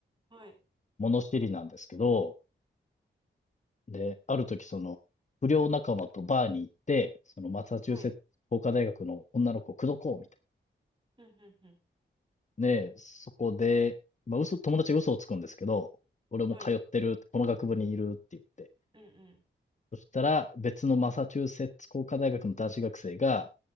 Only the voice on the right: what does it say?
はい。
はい。うん、うん、うん。
はい。
うん、う